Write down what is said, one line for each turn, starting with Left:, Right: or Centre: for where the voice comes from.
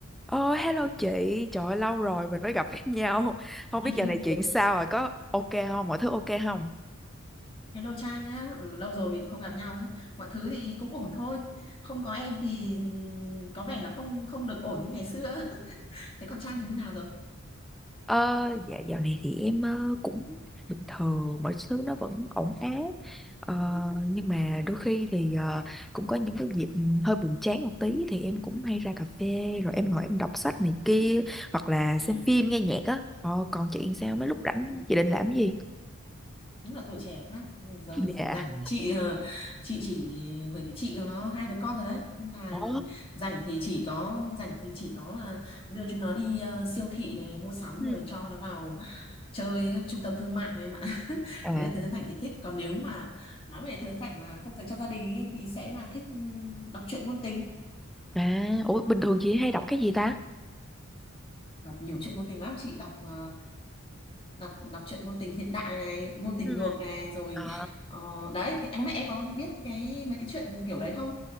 Centre: Ôi, hello chị, trời ơi, lâu rồi mình mới gặp <laughs> nhau. Không
Left: <laughs>
Centre: biết giờ này chuyện sao rồi, có ok không, mọi thứ ok không?
Left: Hello Trang nhá, ừ, lâu rồi mình cũng không gặp nhau ấy. Mọi thứ thì cũng ổn thôi. Không có em thì ừm, có vẻ là không không được ổn như ngày xưa. <laughs> Thế còn Trang thì như nào rồi?
Centre: Ờ, dạ dạo này thì em ờ, cũng bình thường mọi thứ nó vẫn ổn áp ờ, nhưng mà đôi khi thì ờ, cũng có những cái dịp hơi buồn chán một tí thì em cũng hay ra cà phê rồi em ngồi em đọc sách này kia hoặc là
Left: Ừ,
Centre: xem phim nghe nhạc á ờ, còn chị sao mấy lúc rảnh chị định làm cái gì
Left: đúng là tuổi trẻ khác. Giờ
Centre: Dạ.
Left: thì rảnh chị ờ, chị chỉ bởi vì chị có hai đứa con rồi đấy. Nên là
Centre: Ồ.
Left: rảnh thì chỉ có rảnh thì chỉ có là đưa chúng nó đi ờ, siêu thị này mua sắm
Centre: Ừ.
Left: rồi cho nó vào chơi các trung tâm thương mại thôi em ạ <laughs>
Centre: à
Left: đấy là thời gian rảnh thì thích còn nếu mà nói về thời gian rảnh mà không dành cho gia đình ấy, thì sẽ là thích ừm, đọc truyện ngôn tình
Centre: À, ủa bình thường chị hay đọc cái gì ta?
Left: đọc nhiều truyện ngôn tình lắm chị đọc ờ, đọc đọc truyện ngôn tình hiện đại này ngôn tình
Centre: Ừ.
Left: ngược này rồi
Centre: À,
Left: ờ, đấy thì không biết em có biết cái mấy cái chuyện kiểu đấy không